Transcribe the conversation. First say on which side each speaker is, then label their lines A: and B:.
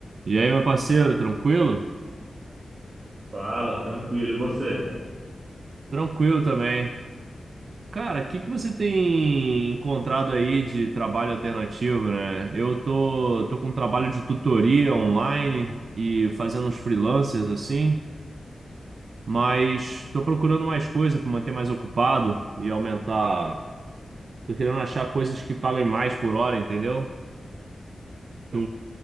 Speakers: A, on the right (about 60°); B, on the right (about 45°).
A: E aí, meu parceiro, tranquilo?
B: Fala, tranquilo. E você?
A: Tranquilo também. Cara, o que que você tem encontrado aí de trabalho alternativo, né? Eu tô, tô com um trabalho de tutoria online e fazendo uns freelancers assim, mas tô procurando mais coisa para manter mais ocupado e aumentar. Tô querendo achar coisas que paguem mais por hora, entendeu? Tu...